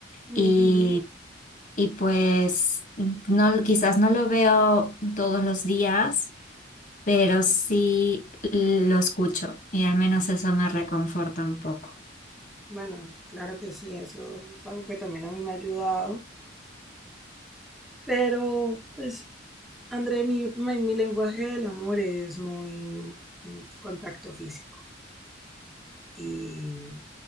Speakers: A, in the centre; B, on the left.
A: ujú.
B: y, y pues no, quizás no lo veo todos los días, pero sí lo escucho y al menos eso me reconforta un poco.
A: Bueno, claro que sí, eso es algo que también a mí me ha ayudado Pero, pues, André, mi, mi, mi lenguaje del amor es muy mm, contacto físico y,